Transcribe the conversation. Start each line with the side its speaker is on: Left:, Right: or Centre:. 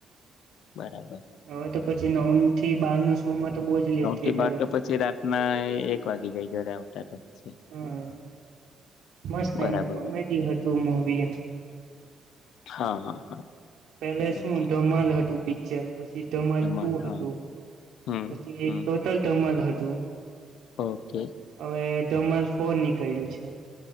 Left: બરાબર.
Right: હવે તો પછી નવ થી બાર નુ હું તો બો જ લેટ
Left: નવ
Right: થઈ
Left: થી
Right: જાય
Left: બાર તો પછી રાતમાં એક વાગી જાય ઘરે આવતા તો પછી
Right: હમ મસ્ત
Left: બરાબર
Right: એમ કોમેડી
Left: બરાબર
Right: હતું મુવી એ
Left: હા હા હા.
Right: પેલે શું
Left: ઓકે
Right: ધમાલ હતું પિક્ચર પછી ધમાલ
Left: એમન
Right: તું હતું
Left: હા હમ
Right: પછી
Left: હમ
Right: ટોટલ ધમાલ હતું
Left: ઓકે
Right: હવે ધમાલ ફોર નીકળ્યું છે.